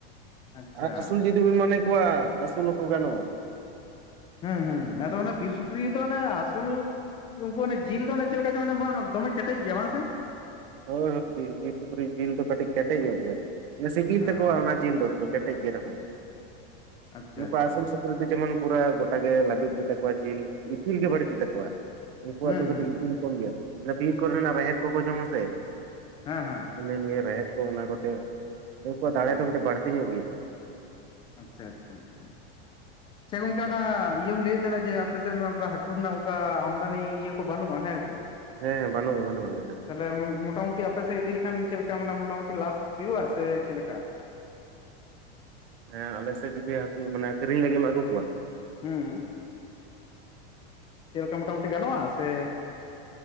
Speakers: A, on the left (about 15°); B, on the right (about 65°).
A: ᱟᱪᱪᱷᱟ
B: ᱟᱨ ᱟᱹᱥᱩᱞ ᱡ- ᱡᱩᱫᱤᱵᱤᱱ ᱢᱚᱱᱮ ᱠᱚᱣᱟ ᱟᱹᱥᱩᱞ ᱦᱚᱸᱠᱚ ᱜᱟᱱᱚᱜᱼᱟ᱾
A: ᱦᱩᱸ ᱦᱩᱸ ᱟᱫᱚ ᱚᱱᱮ ᱵᱤᱨ ᱥᱩᱠᱨᱤ ᱫᱚ ᱚᱱᱮ ᱟᱥᱩᱞ- ᱩᱱᱠᱩ ᱚᱱᱮ ᱡᱤᱞ ᱫᱚ ᱪᱮᱫᱞᱮᱠᱟ ᱪᱚ ᱵᱟᱝ ᱫᱚᱢᱮ ᱠᱮᱴᱮᱡ ᱜᱮᱭᱟ ᱵᱟᱝ ᱥᱮ
B: ᱦᱳᱭ ᱦᱳᱭ ᱵᱤᱨ ᱥᱩᱠᱨᱤᱡ ᱡᱤᱞ ᱫᱚ ᱠᱟᱹᱴᱤᱡ ᱠᱮᱴᱮᱡ ᱧᱚᱜ ᱜᱮᱭᱟ ᱢᱟᱱᱮ ᱥᱤᱵᱤᱞ
A: ᱦᱮᱸ
B: ᱛᱟᱠᱚᱣᱟ
A: ᱦᱮᱸ
B: ᱚᱱᱟ ᱡᱤᱞ ᱫᱚ- ᱠᱮᱴᱮᱡ ᱜᱮ ᱨᱮᱦᱚᱸ
A: ᱟᱪᱪᱷᱟ
B: ᱱᱩᱠᱩ
A: ᱟᱪᱪᱷᱟ
B: ᱟᱥᱩᱞ ᱥᱩᱠ- <unintelligible> ᱨᱤᱫᱚ ᱡᱮᱢᱚᱱ ᱯᱩᱨᱟᱹ ᱜᱚᱴᱟ ᱜᱮ ᱞᱟᱹᱵᱤᱫ ᱜᱮᱛᱟ ᱠᱚᱣᱟ ᱡᱤᱞ ᱤᱛᱤᱞ ᱜᱮ ᱵᱟᱹᱲᱛᱤᱛᱟᱠᱚᱣᱟ ᱩᱱᱠᱩᱣᱟᱜ
A: ᱦᱩᱸ
B: ᱫᱚ ᱠᱟᱹᱴᱤᱡ
A: ᱦᱩᱸ
B: ᱤᱛᱤᱞ ᱠᱚᱢ ᱜᱮᱭᱟ ᱵᱤᱨ ᱠᱚᱨᱮᱱᱟᱜ ᱨᱮᱦᱮᱫ ᱠᱚᱠᱚ ᱡᱚᱢᱟ ᱥᱮ
A: ᱦᱮᱸ ᱦᱮᱸ
B: ᱦᱤᱱᱟᱹ ᱱᱤᱭᱟᱹ ᱨᱮᱦᱮᱫ ᱠᱚ ᱚᱱᱟ ᱠᱚᱛᱮ ᱩᱱᱠᱩᱣᱟᱜ
A: ᱟᱪᱪᱷᱟ
B: ᱫᱟᱲᱮ ᱫᱚ ᱠᱟᱹᱴᱤᱡ ᱵᱟᱹᱲᱛᱤ ᱧᱚᱜ ᱜᱮᱭᱟ᱾
A: ᱟᱪᱪᱷᱟ ᱟᱪᱪᱷᱟ ᱟᱪᱪᱷᱟ
B: <inaudible>
A: ᱪᱮᱫ ᱜᱚᱝᱠᱮ ᱚᱱᱟ ᱤᱭᱟᱹᱢ ᱞᱟᱹᱭᱮᱫ ᱛᱟᱸᱦᱮᱱᱟ ᱡᱮ ᱟᱯᱮᱥᱮᱫ ᱢᱟ ᱚᱱᱠᱟ ᱦᱟᱹᱠᱩ ᱨᱮᱱᱟᱜ ᱚᱱᱠᱟ ᱟᱢᱫᱟᱱᱤ ᱤᱭᱟᱹ ᱠᱚ ᱵᱟᱹᱱᱩᱜᱼᱟ ᱦᱮᱸ ᱥᱮ
B: ᱦᱮᱸ ᱦᱮᱸ ᱵᱟᱹᱱᱩᱜᱼᱟ ᱵᱟᱹᱱᱩᱜᱼᱟ ᱟᱞᱮᱥᱮᱫ ᱫᱚ
A: ᱛᱟᱦᱚᱞᱮ ᱢᱚᱴᱟᱢᱩᱴᱤ ᱟᱯᱮᱥᱮᱫ ᱤᱫᱤ ᱞᱮᱠᱷᱟᱱ ᱪᱮᱫ ᱞᱮᱠᱟ ᱢᱟᱱᱮ ᱢᱚᱴᱟᱢᱩᱴᱤ ᱞᱟᱵᱷ ᱦᱩᱭᱩᱜᱼᱟ ᱥᱮ ᱪᱮᱫᱞᱮᱠᱟ
B: ᱦᱮᱸ ᱟᱞᱮᱥᱮᱫ ᱡᱫᱤ ᱦᱟᱹᱠᱩ ᱢᱟᱱᱮ ᱠᱤᱨᱤᱧ ᱞᱟᱹᱜᱤᱫᱮᱢ ᱟᱹᱜᱩ ᱠᱚᱣᱟ-
A: ᱦᱩᱸ ᱪᱮᱫ ᱞᱮᱠᱟ ᱢᱚᱴᱟᱢᱩᱴᱤ ᱜᱟᱱᱚᱜᱼᱟ ᱥᱮ